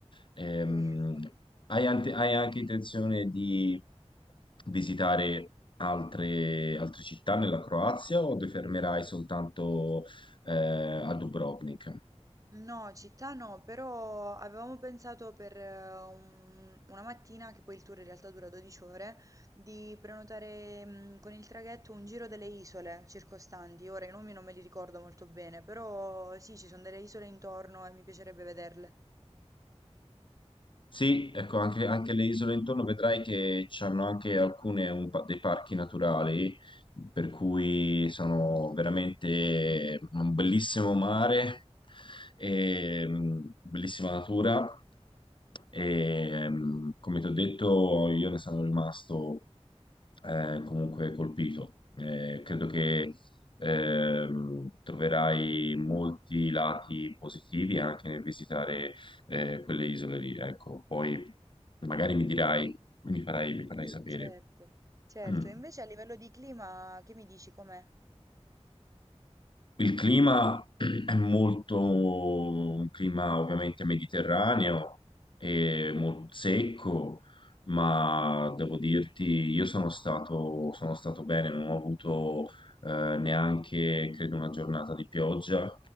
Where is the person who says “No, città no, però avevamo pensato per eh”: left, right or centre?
Right